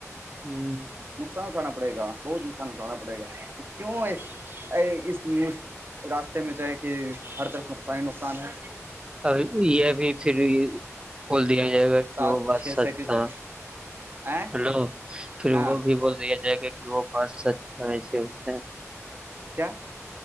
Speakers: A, on the right; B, on the right.
A: ہوں
B: نقصان اٹھانا پڑے گا بہت نقصان اٹھانا پڑے گا تو کیوں اس راستے میں جائے کہ ہر طرف نقصانی نقصان ہے
A: ا یہ بھی پھر کھول دیا جائے گا
B: سات
A: وہ بات
B: چھ
A: سچ
B: سینتیس
A: تھا
B: سو ا
A: ہلو پھر
B: ہاں
A: وہ بھی بول دیا جائے گا کہ وہ بس سچاس اس سے
B: کیا